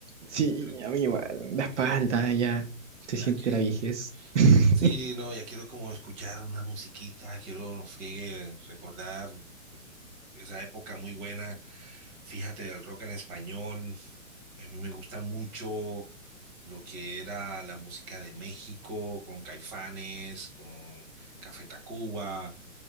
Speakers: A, on the right (about 55°); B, on the right (about 25°).
A: Sí,
B: Quiero,
A: a mí igual, la espalda
B: quiero-
A: ya se
B: ya
A: siente
B: que,
A: la viejez. <laughs>
B: sí, no, ya quiero como escuchar una musiquita, quiero, no friegue, recordar pues, esa época muy buena Fíjate, del rock en español, a mí me gusta mucho lo que era la música de México, con Caifanes, con Café Tacuba,